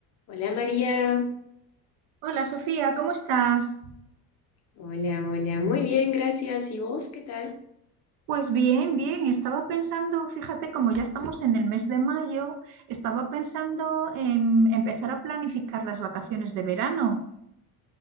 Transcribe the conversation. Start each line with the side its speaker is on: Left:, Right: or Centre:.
Left: Hola María,
Right: Hola Sofía, ¿cómo estás?
Left: hola, hola, muy bien, gracias. ¿Y vos qué tal?
Right: Pues bien, bien, estaba pensando, fíjate, como ya estamos en el mes de mayo, estaba pensando en empezar a planificar las vacaciones de verano.